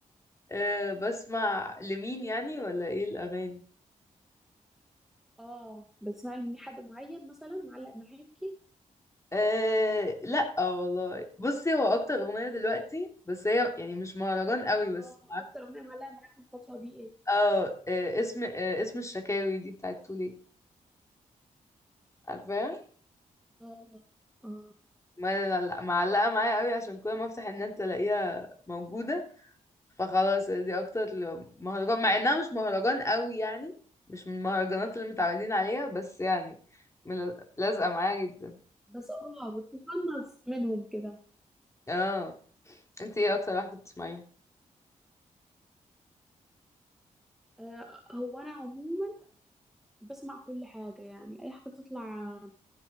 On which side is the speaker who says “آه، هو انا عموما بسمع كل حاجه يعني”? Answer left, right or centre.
Centre